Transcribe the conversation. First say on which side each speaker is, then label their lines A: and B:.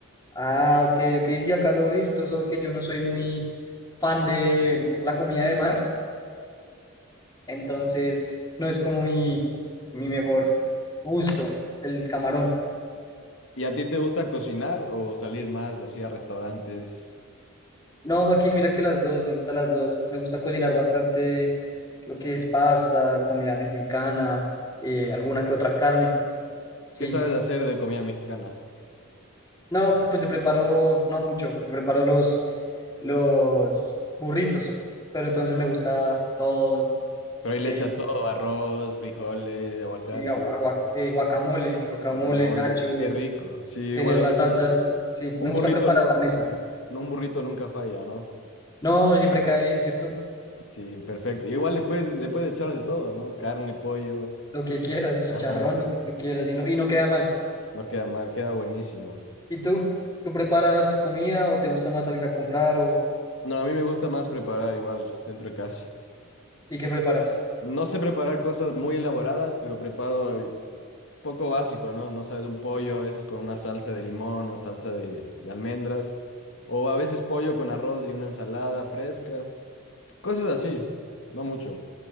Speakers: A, on the left; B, on the left.
A: Ah, ok, ok, sí, acá lo he visto, solo que yo no soy muy fan de la comida de mar, entonces no es como mi, mi mejor gusto, el camarón.
B: ¿Y a ti te gusta cocinar o salir más así a restaurantes?
A: No, Joaquín, mira que las dos, me gustan las dos, me gusta cocinar bastante lo que es pasta, comida mexicana, eh, alguna que otra carne, sí.
B: ¿Qué sabes hacer de comida mexicana?
A: No, pues te preparo, no mucho, pues te preparo los, los burritos, pero entonces me gusta todo
B: Pero ahí le
A: eh,
B: echas todo, arroz, frijoles, aguacate,
A: Sí, agua- agua- eh, guacamole, guacamole,
B: guacamole,
A: nachos,
B: qué rico. Sí, igual
A: tener
B: a
A: las
B: veces
A: salsas. Sí,
B: un
A: me gusta
B: burrito
A: preparar
B: no,
A: la mesa.
B: no, un burrito nunca falla, ¿no?
A: No, siempre cae bien, ¿cierto?
B: Sí, perfecto. Y igual le puedes, le puedes echar de todo, ¿no? Carne, pollo,
A: Lo que quieras, chicharrón,
B: ajá,
A: lo que tú quieras, y no, y no queda mal.
B: no queda mal, queda buenísimo.
A: ¿Y tú? ¿Tú preparas comida o te gusta más salir a comprar o
B: No, a mí me gusta más preparar igual dentro de casa.
A: y qué preparas?
B: No sé preparar cosas muy elaboradas, pero preparo poco básico, ¿no? No sabes, un pollo a veces con una salsa de limón o salsa de, de almendras, o a veces pollo con arroz y una ensalada fresca, cosas así, no mucho.